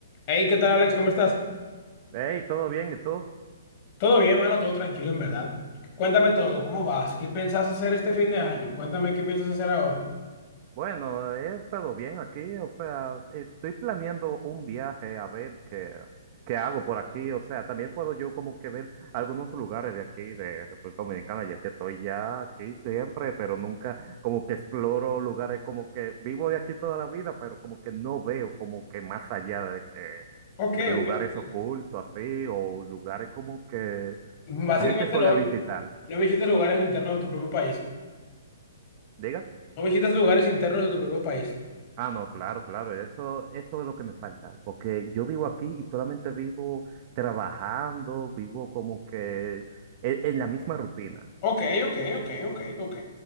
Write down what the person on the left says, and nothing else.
Hey, ¿qué tal, Alex? ¿Cómo estás?
Todo bien, mano, todo tranquilo, en verdad. Cuéntame todo, ¿cómo vas? ¿Qué pensás hacer este fin de año? Cuéntame qué piensas hacer ahora.
Ok,
ok, ok.
Básicamente
no,
no visitas lugares internos de tu propio país.
No visitas lugares internos de tu propio país.
Ok, ok, ok, ok, ok.